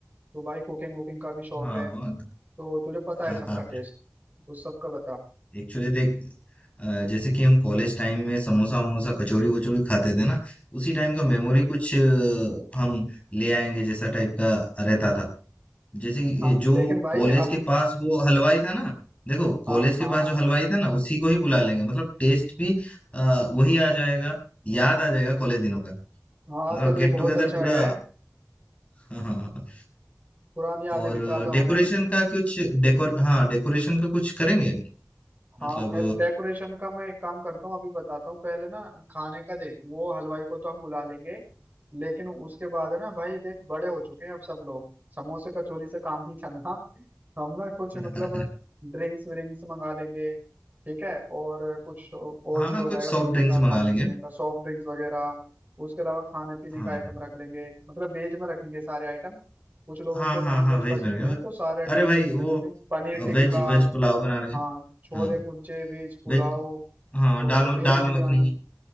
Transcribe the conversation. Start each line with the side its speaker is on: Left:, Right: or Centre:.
Right: तो भाई कुकिंग वुकिंग का भी शौक
Left: हाँ
Right: है तो तुझे पता है
Left: हाँ
Right: सबका
Left: हाँ
Right: टेस्ट उस सबका बता
Left: एक्चुअली देख अ, जैसे कि हम कॉलेज टाइम में समोसा वमोसा कचौड़ी वचौड़ी खाते थे ना उसी टाइम का मेमोरी कुछ अ, हम ले आएंगे जैसा टाइप का रहता था जैसे कि
Right: हाँ
Left: ये जो
Right: लेकिन भाई
Left: कॉलेज
Right: अब
Left: के पास वो हलवाई था ना देखो कॉलेज
Right: हाँ
Left: के
Right: हाँ
Left: पास
Right: हाँ
Left: जो हलवाई था ना उसी को ही बुला लेंगे मतलब टेस्ट भी आ, वही आ जाएगा याद आ जाएगा कॉलेज दिनों का
Right: <laughs> हाँ
Left: मतलब
Right: चल
Left: गेट
Right: ये बहुत
Left: टुगेदर
Right: अच्छा
Left: पूरा
Right: आइडिया है
Left: हाँ हाँ हाँ। हाँ।
Right: पुरानी यादें
Left: और
Right: भी ताजा
Left: डेकोरेशन
Right: हो जाएंगी
Left: का कुछ डेकोर हाँ डेकोरेशन का कुछ करेंगे मतलब
Right: हाँ पहले डेकोरेशन का मैं एक काम करता हूँ अभी बताता हूँ पहले ना खाने का देख वो हलवाई को तो हम बुला लेंगे लेकिन उसके बाद है ना भाई देख बड़े हो चुके हैं अब सब लोग समोसे कचौरी से काम नहीं चलना हम ना कुछ
Left: अ,
Right: मतलब
Left: <laughs>
Right: ड्रिंक्स विंक्स मंगा लेंगे ठीक है और कुछ और
Left: हाँ
Right: भी हो
Left: कुछ
Right: जाएगा
Left: सॉफ्ट
Right: पीने
Left: ड्रिंक्स
Right: का
Left: मंगा
Right: खाने
Left: लेंगे
Right: पीने का सॉफ्ट ड्रिंक्स वगैरह उसके अलावा खाने पीने
Left: हाँ
Right: का आइटम रख लेंगे मतलब वेज में रखेंगे सारे आइटम कुछ लोगों
Left: हाँ
Right: को नॉन
Left: हाँ हाँ
Right: वेज
Left: वेज
Right: पसंद
Left: में रहेगा
Right: नहीं है ना तो सारे आइटम
Left: अरे भाई
Right: वेज में
Left: वो
Right: रखेंगे पनीर टिक्का
Left: वेज वेज पुलाव बना लेंगे
Right: हाँ छोले
Left: हाँ
Right: कुलचे वेज पुलाव
Left: वेज हाँ
Right: और
Left: दाल
Right: वेज
Left: दाल
Right: बिरयानी
Left: मखनी